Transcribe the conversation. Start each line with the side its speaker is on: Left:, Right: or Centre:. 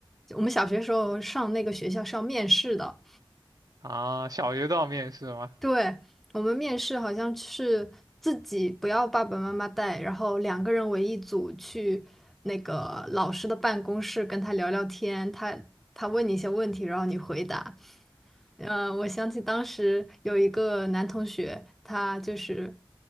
Centre: 我们小学时候上那个学校是要面试的，
Right: 啊。小学都要面试吗？
Centre: 对，我们面试好像是自己不要爸爸妈妈带，然后两个人为一组去那个老师的办公室跟他聊聊天，他他问你一些问题，然后你回答。嗯、我想起当时有一个男同学，他就是